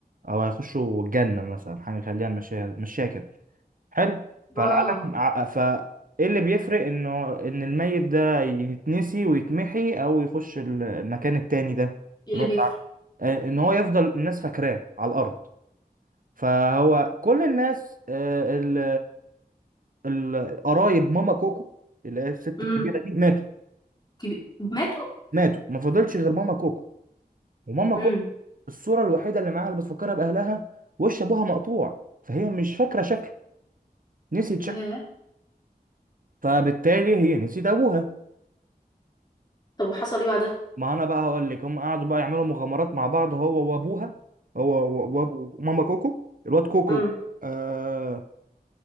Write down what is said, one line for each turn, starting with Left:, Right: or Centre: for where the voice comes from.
Right: او هيخشوا الجنه مثلا حاجه خليها مشيها مشيها كده حلو فالعالم
Left: اه
Right: ع- ف ايه اللي بيفرق انه ان الميت ده يتنسي ويتمحي او يخش المكان التاني ده
Left: ايه
Right: اللي
Left: اللي
Right: هو
Left: بيفرق
Right: بتاع- آه، ان هو يفضل الناس فاكراه على الارض فهو كل الناس آه، ال ال- القرايب ماما كوكو اللي هي الست
Left: امم
Right: الكبيره دي ماتوا
Left: كبير ماتوا
Right: ماتوا ما فضلش غير ماما كوكو وماما
Left: امم
Right: كوكو الصوره الوحيده اللي معاها اللي بتفكرها باهلها وش ابوها مقطوع فهي مش فاكره شكل نسيت شكل
Left: ياه
Right: فبالتالي هي نسيت ابوها
Left: طب وحصل ايه بعدها
Right: ما انا بقى هقول لك هم قعدوا بقى يعملوا مغامرات مع بعض هو وابوها هو و- وابو ماما كوكو الواد كوكو
Left: امم
Right: آه